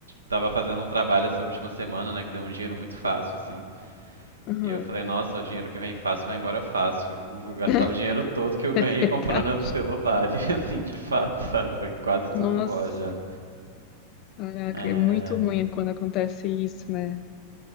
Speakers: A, on the right (about 75°); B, on the left (about 40°).
A: tava fazendo um trabalho essa última semana, né, que deu um dinheiro muito fácil, assim.
B: aham.
A: E eu falei, nossa, o dinheiro que vem fácil vai embora fácil. Vou gastar
B: <laughs>
A: o dinheiro todo que eu ganhei
B: É verdade.
A: comprando outro celular. <laughs> E assim, de fato, sabe? Foi quase tudo
B: Nossa,
A: embora já.
B: caraca,
A: É...
B: é muito ruim quando acontece isso, né?